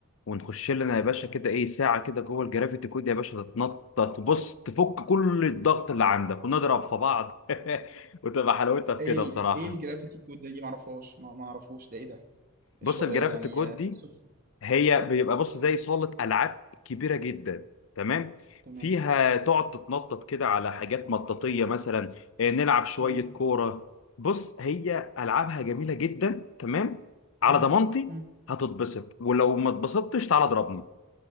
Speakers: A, on the left; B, on the right.
A: ونخش لنا يا باشا كده ايه ساعه كده جوه الجرافيتي كود يا باشا تتنطط تبص تفك كل الضغط اللي عندك ونضرب في بعض <laughs> وتبقى حلاوتها في
B: ايه
A: كده
B: ال...
A: بصراحه
B: ايه الجرافيتي كود ده دي ما اعرفهاش ما ما اعرفوش ده ايه ده ايش
A: بص
B: رأيك
A: الجرافيتي
B: يعني
A: كود
B: اوصف
A: دي هي بيبقى بص زي صالة ألعاب كبيرة جدا تمام
B: تمام
A: فيها تقعد تتنطط كده على حاجات مطاطية مثلا آه، نلعب شوية
B: مم.
A: كورة بص هي ألعابها جميلة جدا تمام على
B: مم.
A: ضمانتي
B: مم.
A: هتتبسط ولو ما اتبسطتش تعالى اضربني